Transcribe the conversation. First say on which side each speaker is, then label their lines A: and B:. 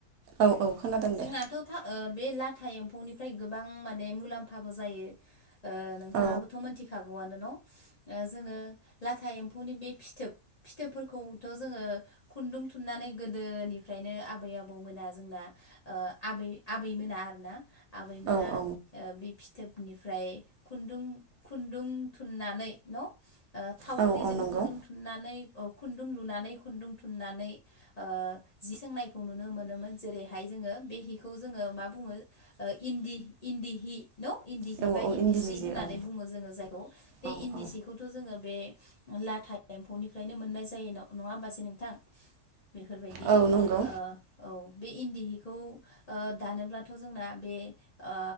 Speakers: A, on the right; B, on the left.
A: औ औ खोनादों
B: जोंनाथ'
A: दे
B: था ओ बे लाथा एम्फौनिफ्राय गोबां माने मुलाम्फाबो जायो ओ नोंथाङाबोथ'
A: औ
B: मोनथिखा गौआनो न' ओ जोङो लाथा एम फौनि बे फिथोब फिथोबफोरखौथ' जोङो खुन्दुं थुननानै गोदोनि ओमफ्रायनो आबै आबौ मोना जोंना आबै आबै मोना आरो ना आबैमोना
A: औ औ
B: ओ बे फिथ थोबनिफ्राय खुन्दुं खुन्दुं थुननानै न' ओ थावख्रिजों
A: औ औ नंगौ
B: खुन्दुं थुननानै खुन्दुं लुनानै खुन्दुं थुननानै ओ जि सोंनायखौ नुनो मोनोमोन जेरैहाय जोङो बे हिखौ जोङो मा बुङो ओ इन्दि इन्दि हि न' इन्दि हि
A: औ
B: बा
A: औ
B: इन्दि
A: इन्दिनि
B: सि
A: जि
B: होननानै
A: औ
B: बुङो जोङो जायखौ बे
A: औ
B: इन्दि
A: औ
B: सिखौथ' जोङो बे लाथा एम्फौनिफ्रायनो मोननाय जायो नङा होमबासो नोंथां बेफोरबायदि
A: औ
B: ओ
A: नंगौ
B: औ बे इन्दि हिखौ ओ दानोब्लाथ' जोंना बे ओ